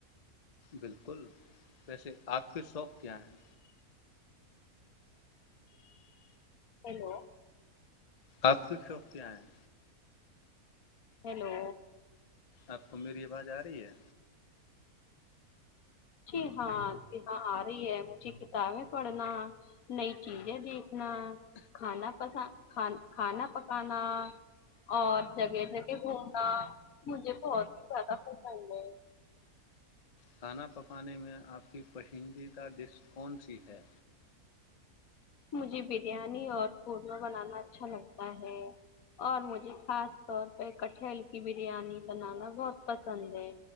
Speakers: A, on the left; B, on the left.
A: بالکل ویسے آپ کے شوق کیا ہیں
B: ہلو
A: آپ کی شاپ کیا ہیں
B: ہیلو
A: آپ کو میری آواز آ رہی ہے
B: جی ہاں جی ہاں آ رہی ہے مجھے کتابیں پڑھنا نئی چیزیں دیکھنا کھانا پس کھانا پکانا اور جگہ جگہ گھومنا مجھے بہت ہی زیادہ پسند ہے
A: کھانا پکانے میں آپ کی پسندیدہ ڈش کون سی ہے
B: مجھے بریانی اور قورمہ بنانا اچھا لگتا ہے اور مجھے خاص طور پہ کٹھل کی بریانی بنانا بہت پسند ہے